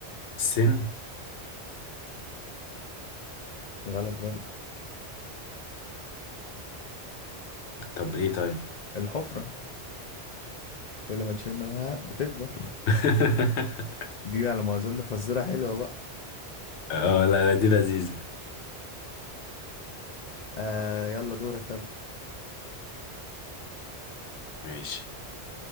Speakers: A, on the left; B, on the left.
A: السن
B: غلط برضه
A: طب ايه طيب
B: الحفرة كل ما تشيل منها بتكبر
A: <laughs>
B: دي على ما أظن فزورة حلوة بقى
A: اه لا لا دي لذيذة
B: آه يلا دورك طب
A: ماشي